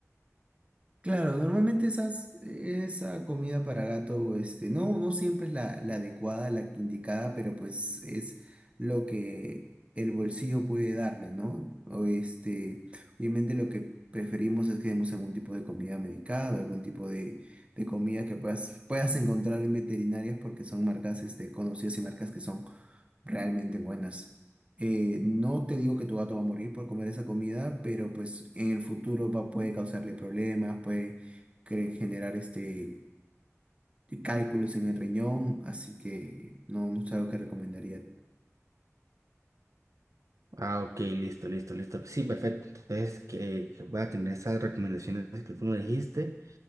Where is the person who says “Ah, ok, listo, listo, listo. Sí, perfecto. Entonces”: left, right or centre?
Right